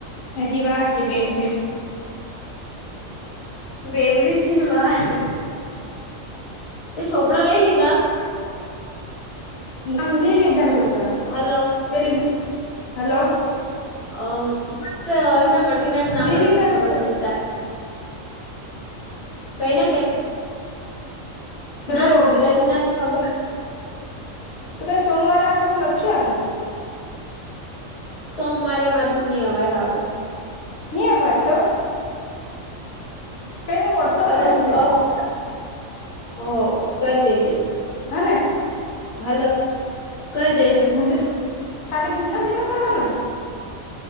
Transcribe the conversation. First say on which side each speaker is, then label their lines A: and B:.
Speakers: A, on the left; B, on the left.
A: હજી વાર છે બે મિનિટ,
B: બે મિનિટ ની વાર, તે ચોપડા લઈ લીધા.
A: મને લઈ લીધા ચોપડા.
B: હલો,
A: લઈ લીધા હલો,
B: અ મને તો અહીના મટીરીયલ નું નામ
A: લી લીધા
B: જ ખબર
A: મેં
B: હતી તાર કઈ ના કઈ ના
A: પેલો
B: ના ગુજરાતી ના તો ખબર.
A: ત કાઈ સોમવારે આ આવજ જે લખી આવેલી.
B: સોમવારે મારાથી ની અવાય હવે.
A: ની અવાય તો? કઈ હું વોટ્સઅપ
B: કદાચ
A: કર દુ એ
B: અ તો ઓ કર દેજે.
A: હે ને?
B: હલો, કર દેજ.
A: ગુજરા ખાલી ગુજરાતી નો કરવાનો ને?